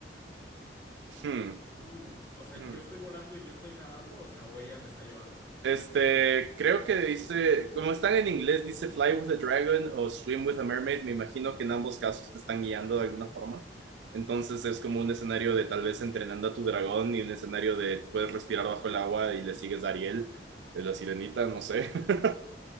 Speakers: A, on the right (about 80°); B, on the left (about 15°).
A: Hmm,
B: Uf, o sea,
A: hmm.
B: yo estoy volando y yo estoy nadando, o sea, o ella me está llevando.
A: Este, creo que dice, como están en inglés, dice Fly with a Dragon o Swim with a Mermaid. Me imagino que en ambos casos te están guiando de alguna forma. Entonces es como un escenario de tal vez entrenando a tu dragón y un escenario de puedes respirar bajo el agua y le sigues a Ariel, eh, la sirenita, no sé. <laughs>